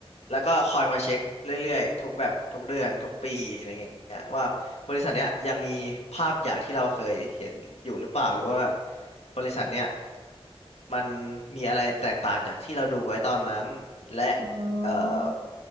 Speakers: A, on the left; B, on the right.
A: แล้วก็คอยมาเช็คเรื่อยๆทุกแบบทุกเดือนทุกปีอะไรเงี้ยว่าบริษัทเนี้ยยังมีภาพอย่างที่เราเคยเห็นอยู่หรือเปล่าหรือว่าแบบบริษัทเนี้ยมันมีอะไรแตกต่างจากที่เราดูไว้ตอนนั้นและ
B: อ๋อ
A: เอ่อ